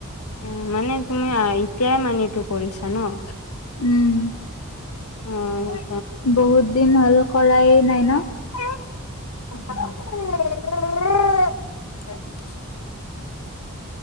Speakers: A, on the left; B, on the left.
A: অ মানে তুমি এতিয়াই মানিটো কৰিছা ন?
B: উম।
A: অ'।
B: বহুত দিন হ'ল কৰাই নাই ন?
A: <unintelligible>